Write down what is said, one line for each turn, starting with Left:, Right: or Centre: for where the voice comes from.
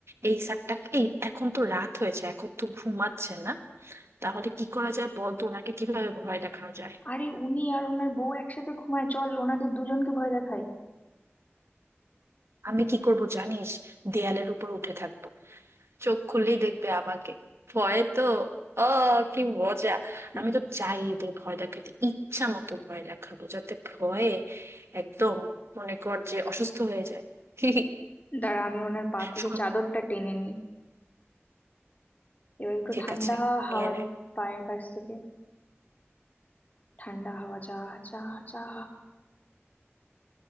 Right: এই স্যারটা এই এখন তো রাত হয়েছে এখন তো ঘুমাচ্ছে না তাহলে কি করা যায় বল তো ওনাকে কিভাবে ভয় দেখানো যায়
Left: আরে উনি আর ওনার বউ একসাথে ঘুমায় চল ওনাদের দুজনকে ভয় দেখাই
Right: আমি কি করব জানিস দেয়ালের উপর উঠে থাকবো চোখ খুললেই দেখবে আমাকে ভয়ে তো ও কি মজা
Left: উম,
Right: আমি তো চাই এদের ভয় দেখাতে ইচ্ছা মতো ভয় দেখাবো যাতে ভয়ে একদম মনে কর যে অসুস্থ হয়ে যায় <laughs>
Left: দাঁড়া আমি ওনার পা থেকে
Right: শোন,
Left: চাদরটা টেনে নিই এবার একটু
Right: ঠিক
Left: ঠান্ডা
Right: আছে নিয়ে
Left: হাওয়া
Right: নে
Left: দি পায়ের কাছ থেকে ঠান্ডা হাওয়া চা চা চা